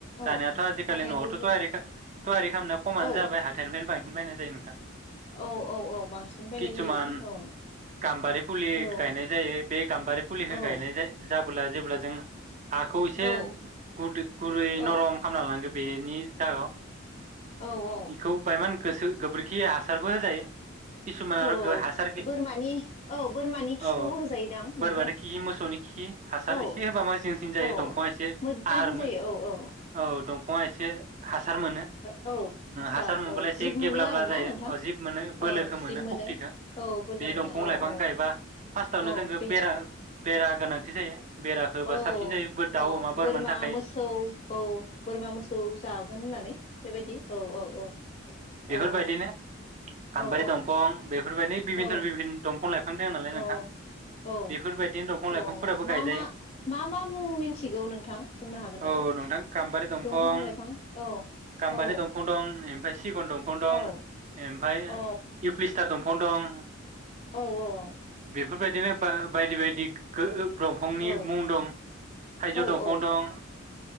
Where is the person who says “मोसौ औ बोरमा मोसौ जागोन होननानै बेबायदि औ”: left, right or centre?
Left